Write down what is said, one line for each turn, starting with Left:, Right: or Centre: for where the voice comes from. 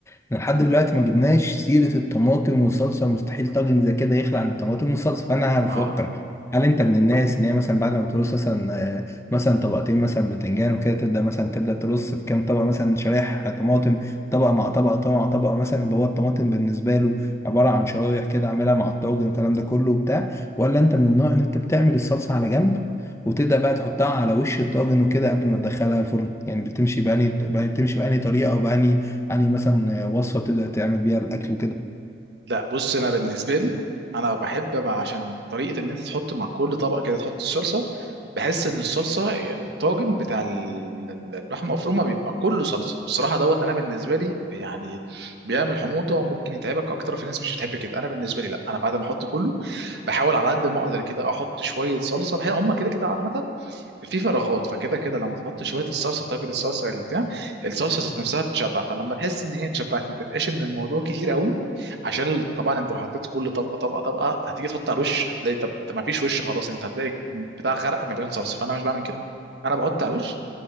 Left: احنا لحد دلوقتي ما جبناش سيرة الطماطم والصلصة مستحيل طاجن زي كده يخلع عن الطماطم والصلصة فأنا بفكر
Right: ما
Left: هل أنت من الناس إن هي مثلا بعد ما بترص مثلا آه، مثلا طبقتين مثلا بتنجان وكده تبدأ مثلا تبدأ ترص في كام طبقة مثلا شرايح طماطم طبقة مع طبقة طبقة مع طبقة مثلا يبقى هو الطماطم بالنسبة له عبارة عن شرايح كده عاملها مع الطاجن والكلام ده كله وبتاع ولا أنت من النوع إن أنت بتعمل الصلصة على جنب وتبدأ بقى تحطها على وش الطاجن وكده قبل ما تدخلها الفرن يعني بتمشي بأنهي بتمشي بأنهي طريقة أو بأنهي يعني مثلا وصفة بتبدأ تعمل بيها الأكل وكده
Right: لا بص انا بالنسبه لي انا بحب بقى عشان طريقه ان انت تحط مع كل طبق كده تحط الصلصه بحس ان الصلصه الطاجن بتاع ال- اللحمه المفرومه بيبقى كله صلصه والصراحه دوت انا بالنسبه لي يعني بيعمل حموضه وممكن يتعبك اكتر في ناس مش بتحب كده انا بالنسبه لي لا انا بعد ما احط كله بحاول على قد ما اقدر كده احط شويه صلصه بحيث هم كده كده عامه في فراغات فكده كده لما تحط شويه الصلصه طاجن الصلصه البتاع الصلصه ذات نفسها تتشبع فلما تحس ان هي اتشبعت ما تبقاش ان الموضوع كتير قوي عشان طبعا انت لو حطيت كل طبقه طبقه طبقه هتيجي تحط على الوش هتلاقي طب انت ما فيش وش خلاص انت هتلاقي بتاع غرق مليان صلصه فانا مش بعمل كده انا بحط على الوش